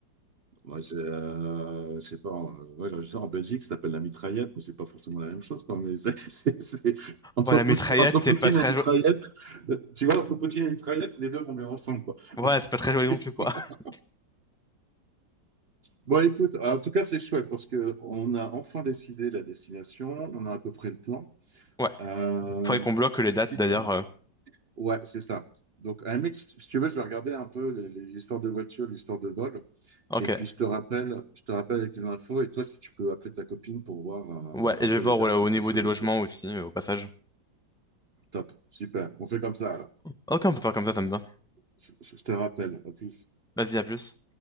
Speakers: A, on the right (about 45°); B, in the centre.
A: Moi, j'ai, euh, je sais pas, euh, ouais, je sais, en Belgique, ça s'appelle la mitraillette, mais c'est pas forcément la même chose, quoi, mais c'est, <laughs> c'est- c'est- entre
B: Ouais, la
A: Poutine,
B: mitraillette,
A: entre
B: c'est
A: Poutine
B: pas très...
A: et mitraillette,
B: jo-
A: euh, tu vois, entre Poutine et mitraillette, les deux vont bien ensemble, quoi.
B: Ouais, c'est pas très joli non
A: <laughs>
B: plus, quoi. <laughs>
A: Bon, écoute, euh, en tout cas, c'est chouette parce que on a enfin décidé la destination, on a à peu près le plan.
B: Ouais,
A: Euh,
B: faudrait qu'on bloque les dates,
A: si
B: d'ailleurs.
A: tu-
B: euh.
A: Ouais, c'est ça. Donc, à la limite, si tu veux, je vais regarder un peu les- les- l'histoire de voiture, l'histoire de vol.
B: Ok.
A: Et puis, je te rappelle, je te rappelle avec les infos. Et toi, si tu peux appeler ta copine pour voir
B: Ouais, et
A: euh, un
B: je
A: peu
B: vais voir
A: les dates,
B: voilà, au niveau
A: parce que
B: des
A: Lisbonne.
B: logements aussi, euh, au passage.
A: Top, super. On fait comme ça alors.
B: Ok, on peut faire comme ça, ça me va.
A: Je, je- je te rappelle. À plus.
B: Vas-y, à plus.